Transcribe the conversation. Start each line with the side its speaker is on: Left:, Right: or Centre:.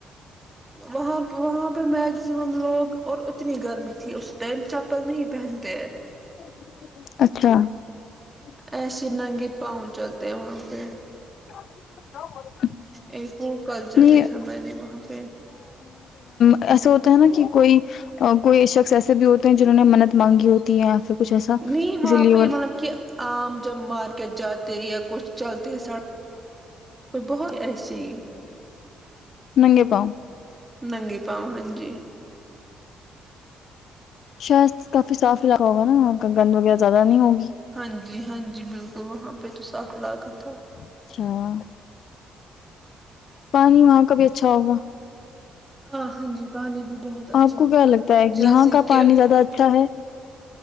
Right: وہاں وہاںہ پہ میگزیمم لوگ اور اتنی گرمی تھی اس ٹائم چپل نہیں پہن <inaudible>
Left: <inaudible>
Right: ایسیے ننگی پاؤنچل د وہاں پہ
Left: <inaudible>
Right: ایک وہ کلچر
Left: نہیں
Right: دیکھا میں نے وہاں پہ
Left: ایسے ہوتا ہیں نا کہ کوئی کوئی شخص ایسے بھی ہوتے ہیں جنہوں نے منت مانگی ہوتی ہے یا پھر کچھ ایسا
Right: نہیں
Left: اسی
Right: وہاں
Left: لیے
Right: پہ
Left: وہ
Right: مطلب کہ آم جمار کہ جاتے یا کچھ چلتے س بہت ایسی
Left: ن گ پؤ
Right: ننگی پاؤ ہاں جی
Left: شہر کافی صاف علاقہ ہوگا نا وہاں کا گند وغیرہ زیادہ نہیں ہوگا
Right: ہاں جی ہاں جی بالکل وہاں پہ تو صاف علاقا تھا
Left: اچھا پانی وہاں کا بھی اچھا ہوگا
Right: ہاں ہاں جی پانی بھی بہت اچھا
Left: آپ کو کیا
Right: تھا
Left: لگتا ہے
Right: جیسے
Left: یہاں کا
Right: کہ
Left: پانی زیادہ اچھا ہے ھم